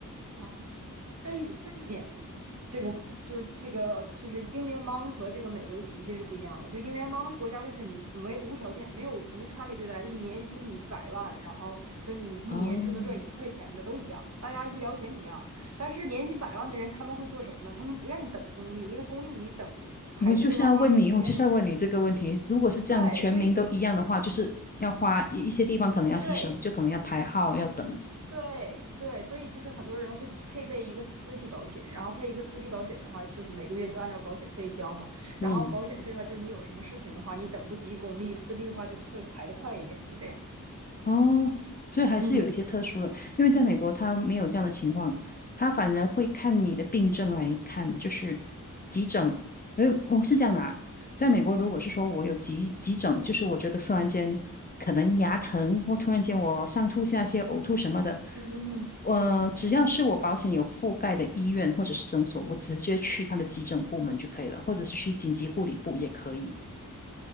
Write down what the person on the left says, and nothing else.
啊。
我就是要问你，我就是要问你这个问题。如果是这样，
全民都一样的话，
就是要花一一些地方可能要牺牲，
就可能要排号，要等。
嗯。
哦，所以还是有一些特殊的，
因为在美国他没有这样的情况，他反而会看你的病症来看，就是急诊。因为我是这样的啊，在美国如果是说我有急急诊，就是我觉得突然间可能牙疼，或突然间我上吐下泻、呕吐什么的，
呃，只要是我保险有覆盖的医院或者是诊所，我直接去他的急诊部门就可以了，或者是去紧急护理部也可以。